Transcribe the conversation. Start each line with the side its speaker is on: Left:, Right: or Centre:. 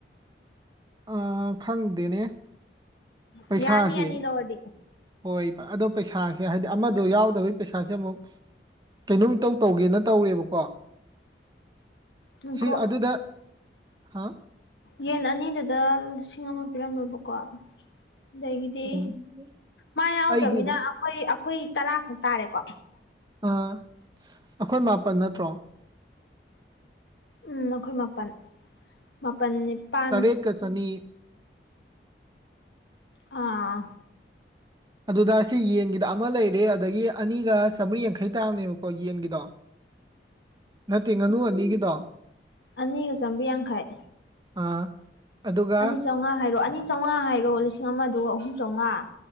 Right: ꯑꯥ ꯈꯪꯗꯦꯅꯦ ꯄꯩꯁꯥꯁꯦ
Left: ꯌꯥꯅꯤ ꯑꯅꯤ ꯂꯧꯔꯗꯤ
Right: ꯍꯣꯏ ꯑꯗꯣ꯫ ꯄꯩꯁꯥꯁꯦ ꯍꯥꯏꯗꯤ ꯑꯃꯗꯣ ꯌꯥꯎꯗꯕꯒꯤ ꯄꯩꯁꯥꯁꯦ ꯑꯃꯨꯛ ꯀꯩꯅꯣꯝ ꯏꯇꯧ ꯇꯧꯒꯦꯅ ꯇꯧꯔꯦꯕꯀꯣ꯫
Left: ꯅꯪꯀꯣ꯫
Right: ꯁꯤ ꯑꯗꯨꯗ ꯍꯥ
Left: ꯌꯦꯟ ꯑꯅꯤꯗꯨꯗ ꯂꯤꯁꯤꯡ ꯑꯃ ꯄꯤꯔꯝꯃꯦꯕꯀꯣ ꯑꯗꯒꯤꯗꯤ꯫
Right: ꯎꯝ
Left: ꯃꯥ ꯌꯥꯎꯗ꯭ꯔꯝꯅꯤꯅ
Right: ꯑꯩꯒꯤꯗꯣ
Left: ꯑꯩꯈꯣꯏ ꯑꯩꯈꯣꯏ ꯇꯔꯥꯈꯛ ꯇꯥꯔꯦꯀꯣ꯫
Right: ꯑ ꯑꯩꯈꯣꯏ ꯃꯥꯄꯟ ꯅꯠꯇ꯭ꯔꯣ꯫
Left: ꯎꯝ ꯑꯩꯈꯣꯏ ꯃꯥꯄꯜ ꯃꯥꯄꯜ꯫ ꯅꯤꯄꯥꯜ
Right: ꯇꯔꯦꯠꯀ ꯆꯅꯤ꯫
Left: ꯑꯥ꯫
Right: ꯑꯗꯨꯗ ꯁꯤ ꯌꯦꯟꯒꯤꯗ ꯑꯃ ꯂꯩꯔꯦ ꯑꯗꯒꯤ ꯑꯅꯤꯒ ꯆꯥꯝꯃ꯭ꯔꯤ ꯌꯥꯡꯈꯩ ꯇꯥꯕꯅꯦꯕꯀꯣ ꯌꯦꯟꯒꯤꯗꯣ꯫ ꯅꯠꯇꯦ ꯉꯥꯅꯨ ꯑꯅꯤꯒꯤꯗꯣ꯫
Left: ꯑꯅꯤꯒ ꯆꯥꯝꯃꯔꯤ ꯌꯥꯡꯈꯩ
Right: ꯑ ꯑꯗꯨꯒ꯫
Left: ꯑꯅꯤ ꯆꯥꯝꯃꯉꯥ ꯍꯥꯏꯔꯣ ꯑꯅꯤ ꯆꯥꯝꯃꯉ ꯍꯥꯏꯔꯣ ꯂꯤꯁꯤꯡ ꯑꯃꯗꯨꯒ ꯑꯍꯨꯝ ꯆꯥꯝꯃꯉꯥ꯫